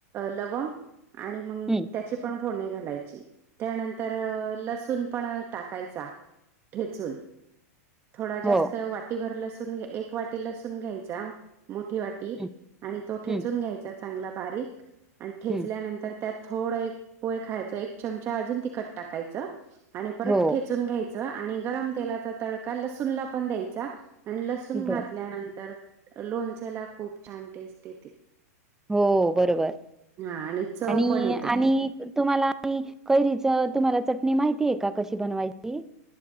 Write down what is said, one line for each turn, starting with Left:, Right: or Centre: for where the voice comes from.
Right: लवंग आणि मग
Centre: हम्म
Right: आपण फोडणी घालायची त्यानंतर लसूण पण टाकायचा ठेचून थोडा जास्त
Centre: हो
Right: वाटीभर लसून घ एक वाटी लसून घ्यायचा मोठी वाटी
Centre: हम्म
Right: आणि तो ठेचून
Centre: हम्म
Right: घ्यायचा चांगला बारीक आणि ठेचल्यानंतर
Centre: हम्म
Right: त्यात थोड एक पोहे खायच एक चमचा अजून तिखट टाकायचं आणि परत
Centre: हो
Right: ठेचून घ्याय च आणि गरम तेलाचा तडका लसूण ला पण द्यायचा आणि लसूण
Centre: बर
Right: घातल्यानंतर लोणच्याला खूप छान टेस्ट येते.
Centre: हो बरोबर
Right: हा आणि चव
Centre: आणि
Right: पण येते
Centre: आणि तुम्हाला आणि कैरीच तुम्हाला चटणी माहितीय का कशी बनवायची?